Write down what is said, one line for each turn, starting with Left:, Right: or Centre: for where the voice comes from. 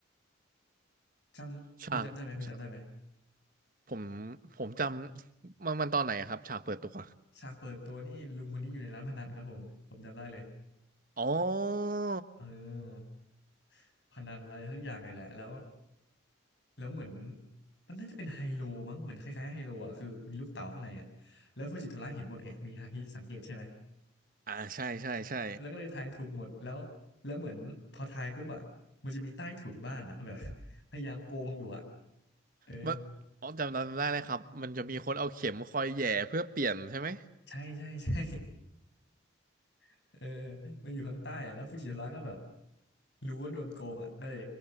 Left: จำคุณจำได้ไหมคุณจำได้ไหม
Right: ฉากฉากผมผมจำมันมันตอนไหนอะครับฉากเปิดตัว
Left: ฉากเปิดตัวนี่ลุงคนนี้อยู่ในร้านพนันครับผมผมจำได้เลย
Right: อ๋อ
Left: เออพนันอะไรสักอย่างเลยแหละแล้วแล้วเหมือนมันน่าจะเป็นไฮโลมั้งเหมือนคล้ายๆไฮโลอ่ะคือมีลูกเต๋าข้างในอ่ะแล้วฟูจิโทระเห็นหมดไงมีฮาคิสังเกตใช่ไหม
Right: อ่าใช่ใช่ใช่
Left: แล้วก็เลยทายถูกหมดแล้วแล้วเหมือนพอทายปุ๊บอะมันจะมีใต้ถุนบ้านอะ <laughs> แบบ <laughs> พยายามโกงอยู่อะเออ
Right: เมื่ออ๋อจำจำได้เลยครับมันจะมีคนเอาเข็มคอยแหย่เพื่อเปลี่ยนใช่ไหม
Left: ใช่ใช่ใช่ <laughs> เออมันอยู่ข้างใต้อะแล้วฟูจิโทระก็แบบรู้ว่าโดนโกงอะก็เลย